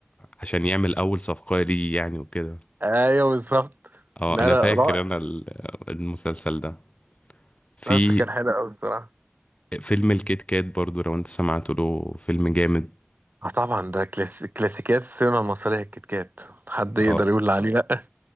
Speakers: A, on the left; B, on the right.
A: عشان يعمل اول صفقة ليه يعني وكده
B: ايوه بالظبط
A: اه
B: لا
A: انا
B: لا
A: فاكر
B: رائع
A: انا ال- المسلسل ده في
B: بس كان حلو قوي بصراحه
A: فيلم الكيت كات برضو لو انت سمعت له فيلم جامد
B: اه طبعا ده كلاس... كلاسيكيات السينما المصرية الكيت كات حد يقدر
A: اه
B: يقول عليه